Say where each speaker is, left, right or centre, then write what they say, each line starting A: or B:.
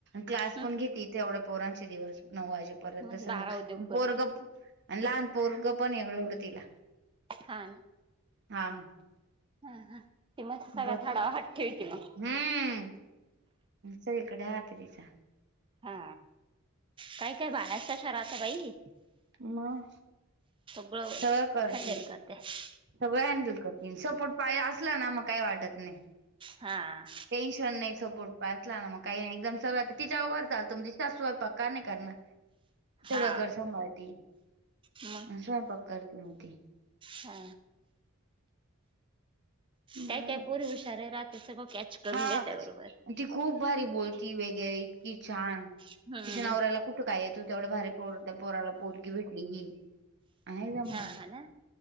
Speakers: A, on the right; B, on the right.
A: क्लास
B: हम्म.
A: पण घेते तेवढ्या पोरांचे दिवस नऊ वाजे परत
B: मग
A: संद्याकाळी
B: बारा उद्योग करते
A: पोरग लहान पोरग पण एवढ एवढं तिला
B: हा ना.
A: हा
B: हा हा ते
A: बरोबर
B: <unintelligible>
A: हम्म... सगळीकडे हात ए तिचा
B: हा... काई काई बायाच, तशा राहतात बाई
A: मग
B: बरोबर...
A: सगळं करते
B: हॅडल करत्यात.
A: सगळं हँडल करतील, सपोर्ट पाय असला ना... मग काय वाटत नाई
B: हा
A: टेन्शन नाई.. सपोर्ट पाय असला ना, मग काई नाई एकदम सगळ तिच्यावर चालतं... म्हणजे सासू स्वयंपाक का नाही करणार सगळं
B: हा
A: घर सांभाळती,
B: मग
A: स्वयंपाक करती मग ती
B: हा काई
A: बर
B: काई पोरी हुशारही राहत्यात, सगळं कॅच करून
A: हा...
B: घेते बरोबर
A: ती खूप भारी बोलती वगैरे... इतकी छान,
B: हम्म
A: तिच्या नवऱ्याला खूप तो काय येतो, तेवढं भारी पोर... त्या पोराला पोरगी भेटली की, आहे जम्मा
B: हा हा ना